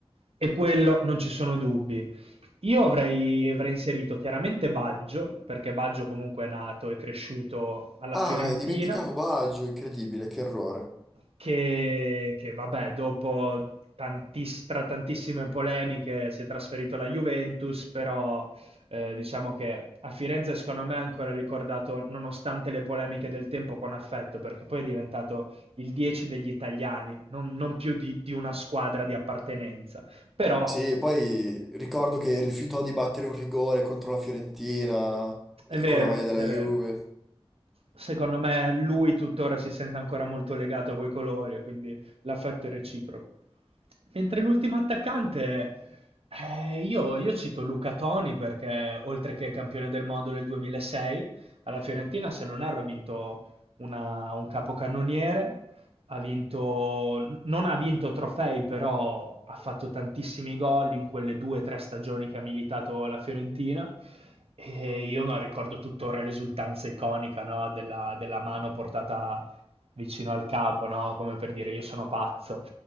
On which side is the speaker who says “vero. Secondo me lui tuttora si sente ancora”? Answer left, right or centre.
Right